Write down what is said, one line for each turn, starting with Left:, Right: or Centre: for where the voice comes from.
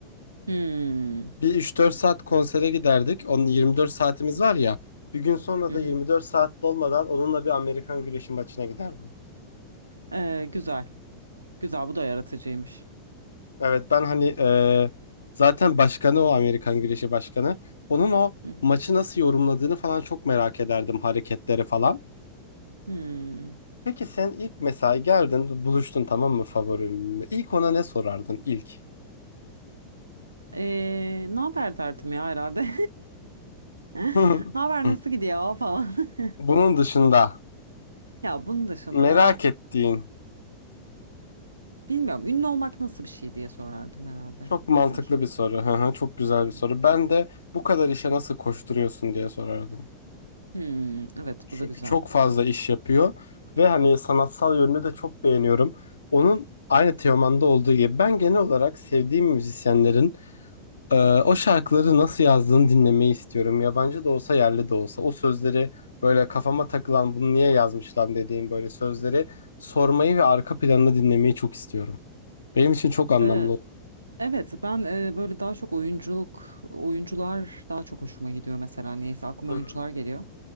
Right: Hmm.
Left: Bir üç dört saat konsere giderdik. Onun 24 saatimiz var ya. Bir gün sonra
Right: Hı
Left: da 24
Right: hı.
Left: saat dolmadan onunla bir Amerikan Güreşi maçına giderdim.
Right: Ee, güzel. Güzel bu da yaratıcıymış.
Left: Evet ben hani e, zaten başkanı o Amerikan Güreşi Başkanı. Onun o
Right: Hı hı.
Left: maçı nasıl yorumladığını falan çok merak ederdim hareketleri falan.
Right: Hmm.
Left: Peki sen ilk mesela geldin buluştun tamam mı favorinle? İlk ona ne sorardın ilk?
Right: Ee, ne haber derdim ya herhalde. <laughs>
Left: <laughs>
Right: Ne haber nasıl gidiyor falan. <laughs>
Left: Bunun dışında
Right: Ya bunun dışında
Left: merak ettiğin
Right: e, bilmiyorum ünlü olmak nasıl bir şey diye sorardım herhalde.
Left: çok mantıklı
Right: Nasıl bir his?
Left: bir soru. Hı hı, Çok güzel
Right: Evet.
Left: bir soru. Ben de bu kadar işe nasıl koşturuyorsun diye sorardım.
Right: Hmm, evet
Left: Çünkü
Right: bu da güzel.
Left: çok fazla iş yapıyor ve hani sanatsal yönünü de çok beğeniyorum. Onun aynı Teoman'da olduğu gibi ben genel olarak sevdiğim müzisyenlerin Ee, o şarkıları nasıl yazdığını dinlemeyi istiyorum. Yabancı da olsa yerli de olsa. O sözleri böyle kafama takılan bunu niye yazmış lan dediğim böyle sözleri sormayı ve arka planını dinlemeyi çok istiyorum. Benim için çok anlamlı
Right: Ee,
Left: oldu.
Right: evet ben e, böyle daha çok oyunculuk, oyuncular daha çok hoşuma gidiyor mesela. Neyse aklıma
Left: Hı
Right: oyuncular
Left: hı.
Right: geliyor.